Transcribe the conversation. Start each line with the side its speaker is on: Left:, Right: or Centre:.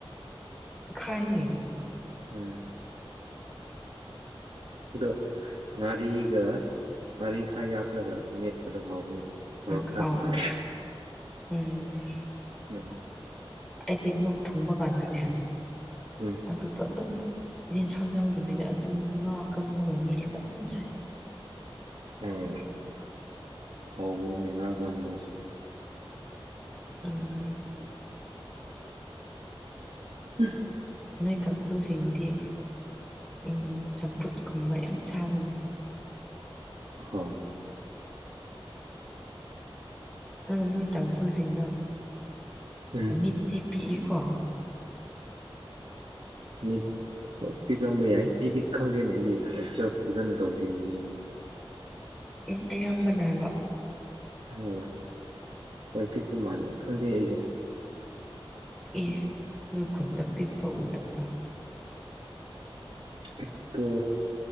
Centre: ꯈꯥꯏꯌꯦ
Right: ꯎꯝ ꯑꯗꯣ ꯉꯥꯔꯤꯒ ꯉꯥꯔꯤ ꯈꯔ ꯌꯥꯛꯈ꯭ꯔꯒ ꯃꯦꯠꯄꯗꯣ ꯍꯥꯎꯕꯅꯤꯅꯦ ꯃꯣꯔꯣꯛ
Centre: ꯅꯪ
Right: ꯈ꯭ꯔ
Centre: ꯍꯥꯎꯋꯦ
Right: ꯁꯥꯔ
Centre: ꯎꯝ
Right: ꯎꯝ
Centre: ꯑꯩꯗꯤ ꯂꯣꯛ ꯊꯨꯡꯕ ꯀꯥꯟꯗꯅꯦ
Right: ꯎꯝ
Centre: ꯑꯗꯨꯗꯣ ꯑꯗꯨꯝ ꯌꯦꯟꯁꯥꯡ ꯌꯥꯎꯗꯕꯤꯗ ꯑꯗꯨ ꯉꯥ ꯀꯪꯕꯒ ꯃꯦꯠꯂꯒ ꯑꯗꯨꯝ ꯆꯥꯏ
Right: ꯑꯣ ꯍꯥꯎꯕꯅꯤꯅꯦ ꯉꯥ ꯑꯀꯪꯕꯗꯨꯁꯨ
Centre: ꯎꯝ
Right: <inaudible> ꯎꯝ
Centre: ꯅꯣꯏ ꯇꯥꯡꯈꯨꯜꯁꯤꯡꯗꯤ ꯎꯝ ꯆꯝꯐꯨꯠ ꯀꯨꯝꯕ ꯌꯥꯝ ꯆꯥꯕꯅꯦ
Right: ꯍꯣꯏ
Centre: ꯑ ꯅꯣꯏ ꯇꯥꯡꯈꯨꯜꯁꯤꯡꯗꯣ
Right: ꯎꯝ
Centre: ꯃꯤꯠꯇꯤ ꯄꯤꯛꯏꯀꯣ
Right: <inaudible> ꯃꯤꯠ ꯍꯣꯏ ꯄꯤꯛꯑꯝꯕ ꯌꯥꯏ ꯑꯩꯗꯤ ꯈꯪꯗꯦꯅꯦ ꯑꯩꯗꯤ ꯖꯁ ꯐꯖꯅ ꯇꯧꯗꯦꯅꯦ ꯃꯤꯕꯨ <inaudible>
Centre: ꯎꯝ ꯑꯌꯥꯝꯕꯅ ꯍꯥꯏꯕ
Right: ꯑꯣ ꯍꯣꯏ ꯄꯤꯛꯄ ꯃꯥꯜꯂꯦ ꯈꯪꯗꯦ ꯑꯩꯁꯨ
Centre: ꯑꯦ ꯅꯣꯏ ꯈꯨꯟꯗ ꯄꯤꯛꯄ ꯎꯗꯕ꯭ꯔꯥ
Right: ꯄꯤꯛꯇꯣ